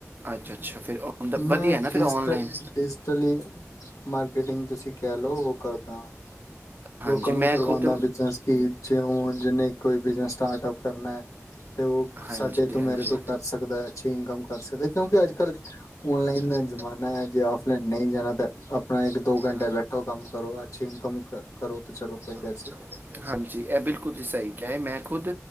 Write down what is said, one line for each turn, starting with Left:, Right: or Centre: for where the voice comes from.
Right: ਅੱਛਾ ਅੱਛਾ ਫਿਰ ਵਧੀਆ
Left: ਮੈਂ
Right: ਨਾ ਫਿਰ
Left: ਡਿਜ਼
Right: ਆਨਲਾਈਨ
Left: ਡੀਜ਼। ਡਿਜਟਲੀ ਮਾਰਕੀਟਿੰਗ ਤੁਸੀਂ। ਕਹਿ ਲੋ ਉਹ ਕਰਦਾ।
Right: ਹਾਂਜੀ
Left: ਲੋਕਾਂ ਨੂੰ
Right: ਮੈਂ
Left: ਕਰਵਾਉਂਦਾ
Right: ਖੁਦ
Left: ਵੀ ਕੀ ਜਿਉਂਣ। ਜਿੰਨੇ ਕੋਈ ਬਿਜਨਸ ਸਟਾਰਟਪ ਕਰਨਾ ਐ ਤੇ ਉਹ ਸਾਡੇ
Right: ਹਾਂਜੀ
Left: ਤੋਂ
Right: ਹਾਂਜੀ
Left: ਮੇਰੇ ਤੋਂ ਕਰ ਸਕਦਾ ਅੱਛੀ ਇਨਕਮ ਕਰ ਸਕਦੇ। ਕਿਉਂਕਿ ਅੱਜ ਕੱਲ ਔਨਲਾਈਨ ਦਾ
Right: ਹੈ।
Left: ਜ਼ਮਾਨਾ ਹੈ ਜੇ ਆਫਲਾਈਨ ਨਹੀਂ ਜਾਣਾ ਤਾਂ ਆਪਣਾ ਇੱਕ ਦੋ ਘੰਟੇ
Right: ਯਾਰ
Left: ਬੈਠੋ ਕੰਮ ਕਰੋ ਅੱਛੀ ਇਨਕਮ ਕਰੋ ਤੇ ਚਲੋ ਦੈਸਟ
Right: ਕਰੋ ਤੇ
Left: ਇੱਟ।
Right: ਵਧੀਆ ਹਾਂਜੀ, ਐਹ ਬਿਲਕੁਲ ਤੁਸੀ ਸਹੀ ਕਿਹਾਏ, ਮੈਂ ਖੁਦ